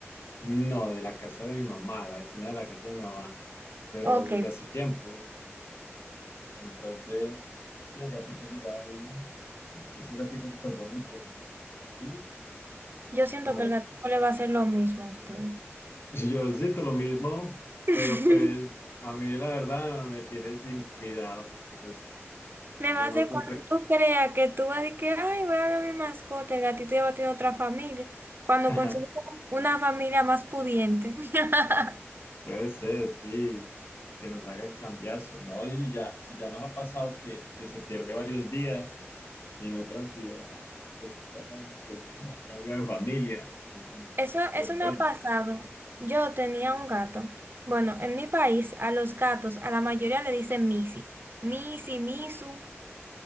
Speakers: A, on the left; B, on the right.
A: No, de la casa de mi mamá, la vecina de la casa de mi mamá, pero
B: Ok,
A: desde hace tiempo. Entonces, y el gatito llegaba ahí, y es un gatito súper bonito, es gris,
B: yo siento
A: como
B: que el gato no le va a hacer lo mismo a usted.
A: Yo siento lo mismo,
B: <laughs>
A: pero pues a mí la verdad me tiene sin cuidado porque pues
B: Nada
A: yo no
B: más de
A: cumple.
B: cuando tú creas que tú vas de que, ay, voy a ver a mi mascota, el gatito ya va a tener otra familia, cuando
A: <laughs>
B: consigues una familia más pudiente. <laughs>
A: Puede ser, sí, que nos haga el cambiazo, ¿no? Y si ya, si ya nos ha pasado que, que se pierde varios días y en otras ideas pues ya sabemos que se habrá cambiado de familia. La mentira
B: Eso,
A: es que
B: eso
A: él vuelve.
B: me ha pasado. Yo tenía un gato. Bueno, en mi país, a los gatos, a la mayoría le dicen Missy. Missy, Misu,